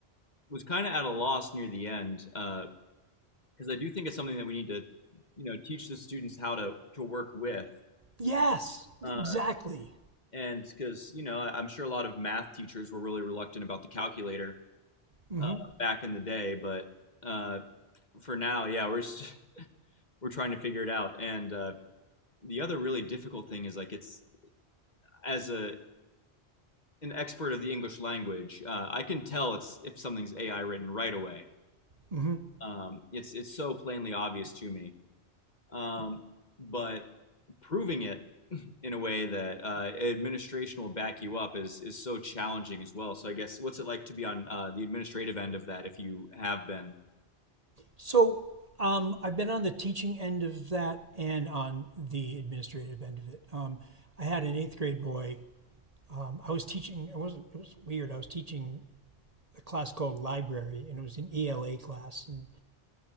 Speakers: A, on the left; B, on the right.
A: was kind of at a loss near the end because uh, I do think it's something that we need to you know teach the students how to to work with.
B: Yes,
A: Um,
B: exactly.
A: and because you know I- am sure a lot of math teachers were really reluctant about the calculator
B: hmm
A: uh, back in the day but uh, for now yeah we're st- <laughs> we're trying to figure it out and uh, the other really difficult thing is like it's as a an expert of the english language uh, i can tell it's if something's ai written right away
B: hmm
A: um, it's it's so plainly obvious to me um, but proving it in a way that uh, administration will back you up is is so challenging as well. So I guess what's it like to be on uh, the administrative end of that if you have been?
B: So um, I've been on the teaching end of that and on the administrative end of it. Um, I had an eighth grade boy. Um, I was teaching. It wasn't. It was weird. I was teaching a class called library, and it was an ELA class, and